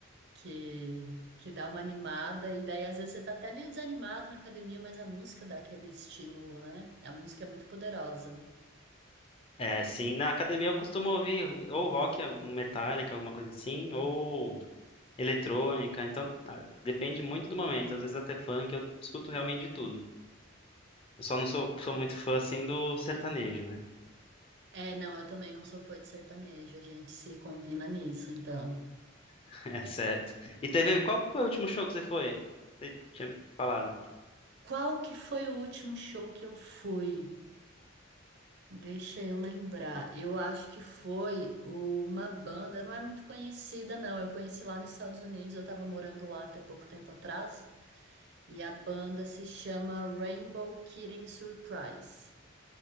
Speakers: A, on the right; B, on the left.
A: que, que dá uma animada. E daí, às vezes, você tá até meio desanimado na academia, mas a música dá aquele estímulo, né? A música é muito poderosa.
B: É, sim. Na academia eu costumo ouvir ou rock, algum Metallica, alguma coisa assim, ou eletrônica. Então, ah, depende muito do momento. Às vezes até funk, eu escuto realmente de tudo. Eu só não sou, sou muito fã, assim, do sertanejo, né?
A: É, não, eu também não sou fã de sertanejo, a gente se combina nisso, então.
B: <laughs> É certo. E teve. Qual foi o último show que você foi? Você tinha falado.
A: Qual que foi o último show que eu fui? Deixa eu lembrar. Eu acho que foi o- uma banda, não é muito conhecida, não. Eu conheci lá nos Estados Unidos, eu tava morando lá até pouco tempo atrás. E a banda se chama Rainbow Kitten Surprise.